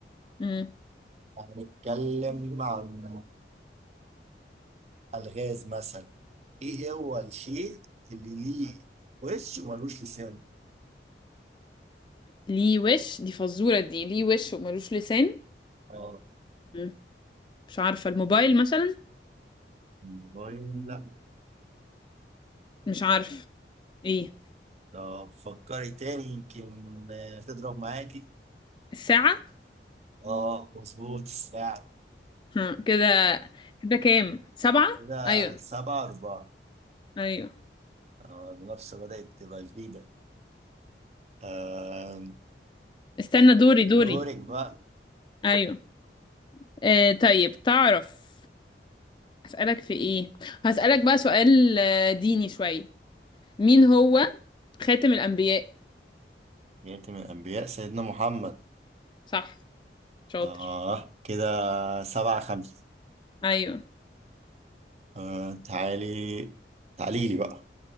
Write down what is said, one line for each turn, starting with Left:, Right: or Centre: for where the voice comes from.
Left: مم.
Right: هنتكلم عن الغاز مثلا ايه هو الشيء اللي ليه وش وملوش لسان؟
Left: ليه وش دي فزورة دي ليه وش وملوش لسان
Right: اه
Left: مم. مش عارفة الموبايل مثلا
Right: موبايل لا
Left: مش عارف ايه
Right: لو فكري تاني يمكن آه، تضرب معاكي
Left: الساعة
Right: اه مظبوط الساعة
Left: ها كده كده كام سبعة
Right: كده
Left: ايوه
Right: سبعة أربعة
Left: ايوه
Right: آه، المنافسة بدأت تبقى جديدة آه،
Left: استنى دوري دوري
Right: دورك بقى
Left: ايوه آه طيب تعرف اسألك في ايه هسألك بقى سؤال آه، ديني شوية مين هو خاتم الأنبياء
Right: يتم الأنبياء سيدنا محمد
Left: صح شاطر
Right: آه كده سبعة خمسة
Left: أيوه
Right: آه تعالي تعالي لي بقى